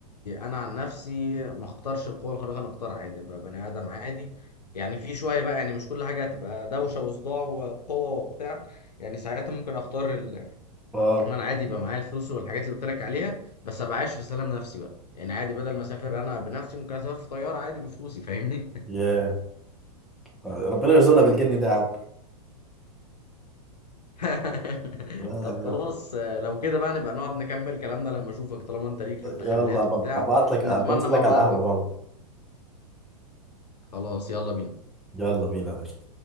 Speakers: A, on the left (about 80°); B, in the centre.
A: انا عن نفسي ما اختارش القوة الخارقة انا اختار عادي ابقى بني ادم عادي يعني في شوية بقى يعني مش كل حاجة هتبقى دوشة وصداع وقوة وبتاع يعني ساعتها ممكن اختار
B: اه
A: انا عادي يبقى معايا الفلوس والحاجات اللي قلت لك عليها بس ابقى عايش في سلام نفسي بقى يعني عادي بدل ما اسافر انا بنفسي ممكن اسافر في طياره عادي بفلوسي فاهمني
B: ياه ربنا يرزقنا بالجن ده يا عم
A: <laughs>
B: لا يعني
A: طب خلاص آه، لو كده بقى نبقى نقعد نكمل كلامنا لما اشوفك طالما انت ليك في التخيلات
B: يلا ببقى
A: وبتاع
B: ابعت لك
A: ونتمنى
B: بنزل
A: مع
B: لك
A: بعض
B: على القهوة
A: بقى
B: برضه
A: خلاص يلا بينا
B: يلا بينا يا باشا